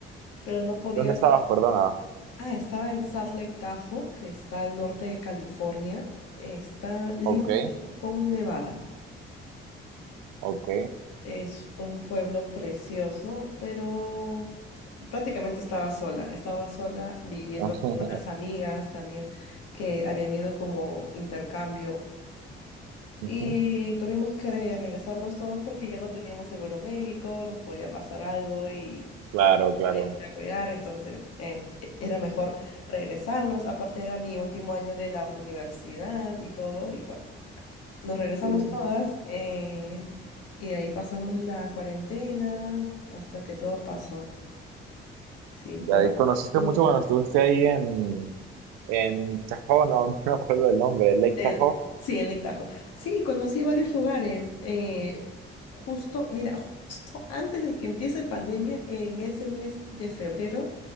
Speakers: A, on the left; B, on the right.
A: pero no podía
B: ¿Dónde estabas? Perdona.
A: Ah, estaba en Salt Lake Tahoe, que está al norte de California. Está límite
B: Ok,
A: con Nevada.
B: ok.
A: Es un pueblo precioso, pero prácticamente estaba sola. Estaba sola viviendo
B: <laughs>
A: con unas amigas también que habían ido como intercambio.
B: Ujú.
A: Y tuvimos que regresarnos todos porque ya no teníamos seguro médico, nos podía pasar algo y
B: Claro, claro.
A: gente a cuidar, entonces eh, e- era mejor regresarnos. Aparte era mi último año de la universidad y todo, y bueno, nos regresamos
B: Sí.
A: todas eh, y ahí pasamos la cuarentena hasta que todo pasó. Sí, fue
B: Ya,
A: bastante
B: y conociste
A: duro.
B: mucho cuando estuviste ahí en, en Tahoe, no, <laughs> no me acuerdo el nombre, Lake
A: Eh,
B: Tahoe.
A: sí, en Lectajo. Sí, conocí varios lugares. eh, justo, mira, justo antes de que empiece pandemia, en ese mes de febrero,